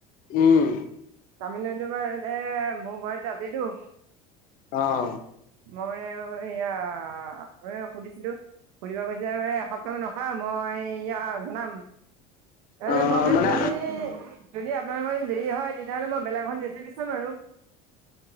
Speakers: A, on the left; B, on the right.
A: উম।
B: তামিলনাডুৰ পৰা এ মোৰ ঘৰত মাতি দিও,
A: অ',
B: মই মানে এয়া ম সুধিছিলো সুধিব গৈছিল। যে সকাম নখা, মই ইয়া জনাম। এ
A: অ',
B: মই কৈ
A: মানে
B: যদি যদি, আপোনালোকৰ দেৰি হয়, তেতিয়াহ'লে মই বেলেগখন জে চি বি চাম আৰু।